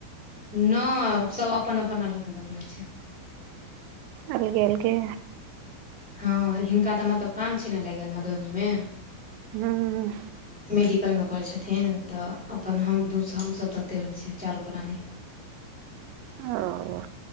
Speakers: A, in the centre; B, on the right.
A: नहि सब अपन अपन अलग अलग रहै छै।
B: अलगे अलगे।
A: हँऽ हिनका तऽ मतलब काम छैय ने लागि गेल मधुबनीमे।
B: हूॅं।
A: मेडिकलमे करै छथिन तऽ अपन हम दू हमसभ अते रहै छियै चारू प्राणी।
B: ओ